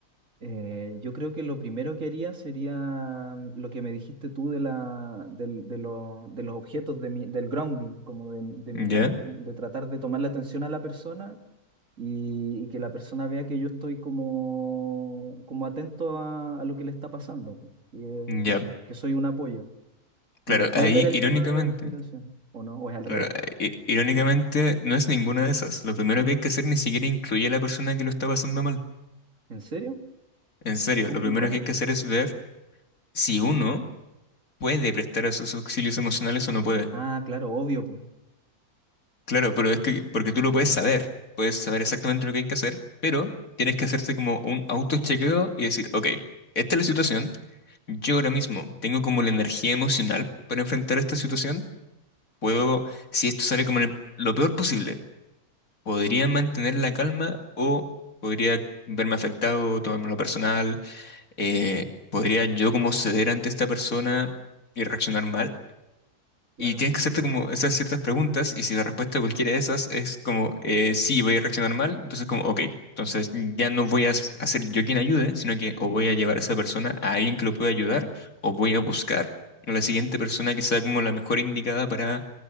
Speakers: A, on the right; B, on the left.
A: Eh, yo creo que lo primero que haría sería mm, lo que me dijiste tú de, la, del- de, los, de los objetos, de mi- del grounding, como de, de mirar,
B: ¿Ya?
A: como de tratar de tomar la atención a la persona y, y que la persona vea que yo estoy como, como atento a, a lo que le está pasando, que
B: Ya.
A: que s- que soy un apoyo.
B: Claro,
A: y después
B: ahí
A: ver el
B: irónicamente...
A: tema de la respiración, ¿o no? ¿O es al
B: Claro,
A: revés?
B: i- irónicamente no es ninguna de esas. Lo primero que hay que hacer ni siquiera incluye a la persona que lo está pasando mal.
A: ¿En serio?
B: En serio,
A: ¿Y cómo?
B: lo primero
A: ¿Y cómo?
B: que hay que hacer es ver si uno puede prestar esos auxilios emocionales o no puede.
A: Ah, claro, obvio, pues.
B: Claro, pero es que, porque tú lo puedes saber, puedes saber exactamente lo que hay que hacer, pero tienes que hacerte como un autochequeo y decir, ok, esta es la situación, yo ahora mismo tengo como la energía emocional para enfrentar esta situación, puedo, si esto sale como el- lo peor posible, podría mantener la calma o podría verme afectado, tomármelo personal. eh, ¿podría yo como ceder ante esta persona y reaccionar mal?
A: Claro,
B: Y tienes que hacerte
A: pero,
B: como esas ciertas preguntas y si la respuesta a cualquiera de esas es como eh, sí, voy a reaccionar mal, entonces como ok, entonces ya no voy a s- a ser yo quien ayude, sino que o voy a llevar a esa persona a alguien que lo pueda ayudar o voy a buscar a la siguiente persona que sea como la mejor indicada para,